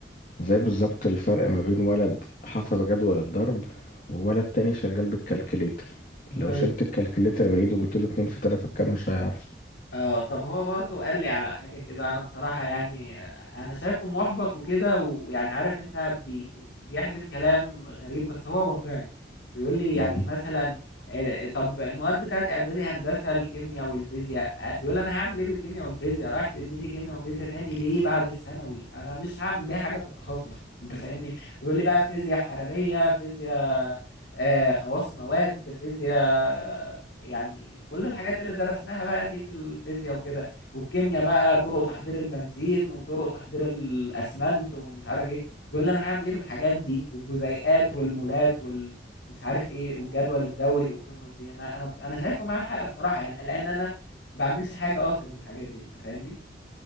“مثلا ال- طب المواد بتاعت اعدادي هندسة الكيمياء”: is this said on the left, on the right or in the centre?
Left